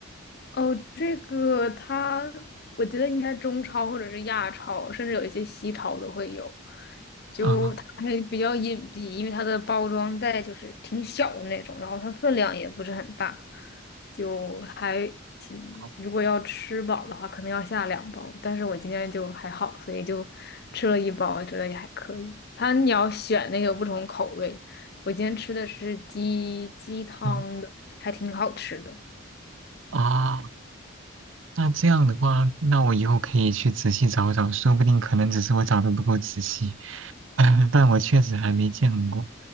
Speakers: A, on the left (about 50°); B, on the right (about 70°).
A: 哦，这个它，我觉得应该中超或者是亚超，甚至有一些西超都会有。就它还比较隐蔽，
B: 啊，
A: 因为它的包装袋就是挺小的那种，然后它分量也不是很大，就还挺，
B: 好，
A: 如果要吃饱的话，可能要下两包。但是我今天就还好，所以就吃了一包，觉得也还可以。它你要选那个不同口味，我今天吃的是鸡鸡汤的，
B: 嗯，
A: 还挺好吃的。
B: 啊。那这样的话，那我以后可以去仔细找找，说不定可能只是我找的不够仔细，<laughs> 但我确实还没见过。